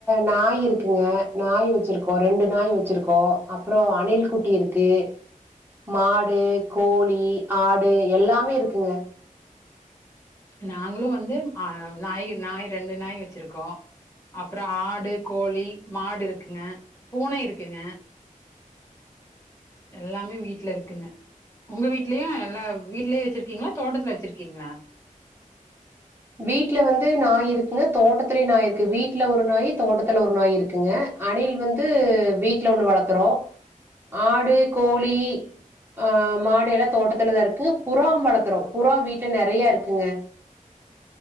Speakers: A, on the right (about 15°); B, on the left (about 20°).
A: நாய் இருக்குங்க நாய் வச்சிருக்கோ ரெண்டு நாய் வச்சிருக்கோ அப்பறோ அணில் குட்டி இருக்கு மாடு கோழி ஆடு எல்லாமே இருக்குங்க
B: நாங்களு வந்து ஆ நாய் நாய் ரெண்டு நாய் வச்சிருக்கோ அப்பற ஆடு கோழி மாடு இருக்குங்க பூனை இருக்குங்க எல்லாமே வீட்ல இருக்குங்க உங்க வீட்லயு எல்லா வீட்லயே வச்சிருக்கீங்களா தோட்டத்துல வச்சிருக்கீங்களா
A: வீட்ல வந்து நாய் இருக்குங்க தோட்டத்திலயு நாய் இருக்கு வீட்ல ஒரு நாய் தோட்டத்து த்தல ஒரு நாய் இருக்குங்க அணில் வந்து வீட்ல ஒண்ணு வளத்துறோ ஆடு கோழி ஆ மாடு எல்லா தோட்டத்துலதா இருக்கு புறாவு வள க்குறோ புறா வீட்ல நெறய இருக்குங்க